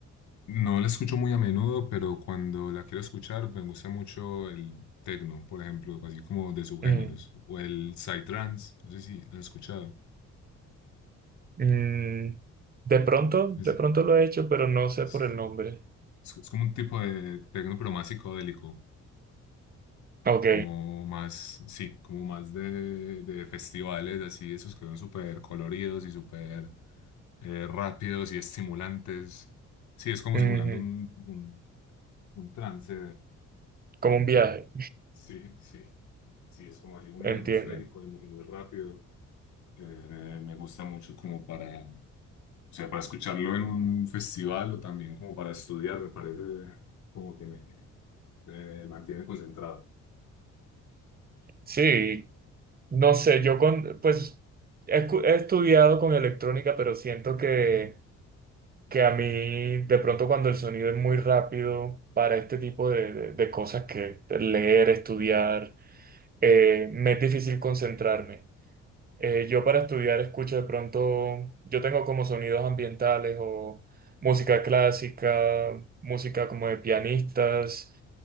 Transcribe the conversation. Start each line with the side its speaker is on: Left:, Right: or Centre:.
Left: No la escucho muy a menudo, pero cuando la quiero escuchar me gusta mucho el techno, por ejemplo, así como de subgéneros,
Right: Mm,
Left: o el psytrance, no sé si lo has escuchado.
Right: mm, de pronto,
Left: Es,
Right: de pronto lo he hecho, pero no sé
Left: es-
Right: por el nombre.
Left: es- es como un tipo de techno, pero más psicodélico,
Right: Ok,
Left: como más, sí, como más de, de festivales, así, esos que son súper coloridos y súper eh, rápidos y estimulantes. Sí, es como
Right: ujú,
Left: simulando un, un, un trance
Right: Como un viaje,
Left: Sí, sí. Sí, es como así muy
Right: entiendo.
Left: atmosférico y muy, muy rápido. Eh, me, me gusta mucho como para, o sea, para escucharlo en un festival o también como para estudiar, me parece como que me, me mantiene concentrado.
Right: Sí, no sé, yo con, pues he, escu- he estudiado con electrónica, pero siento que, que a mí de pronto cuando el sonido es muy rápido para este tipo de, de- de cosas que leer, estudiar, eh, me es difícil concentrarme. Eh, yo para estudiar escucho de pronto, yo tengo como sonidos ambientales o música clásica, música como de pianistas